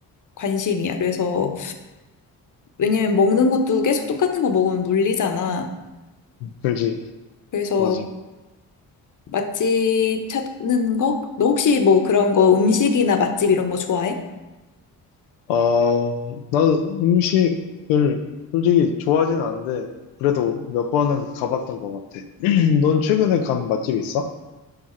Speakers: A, on the left; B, on the left.
A: 관심이야. 그래서 왜냐면 먹는 것도 계속 똑같은 거 먹으면 물리잖아.
B: 그지,
A: 그래서
B: 맞아.
A: 맛집 찾는 거? 너 혹시 뭐 그런 거 음식이나 맛집 이런 거 좋아해?
B: 어, 나는 음식을 솔직히 좋아하진 않은데, 그래도 몇 번은 가봤던 것 같아. <clears throat> 넌 최근에 간 맛집 있어?